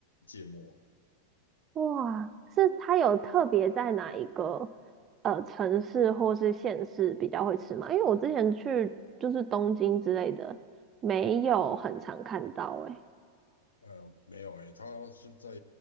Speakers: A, on the left (about 70°); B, on the right (about 25°).
A: 芥末。
B: 哇，是它有特别在哪一个呃城市或是县市比较会吃吗？因为我之前去就是东京之类的，没有很常看到诶、欸
A: 呃，没有诶，它是在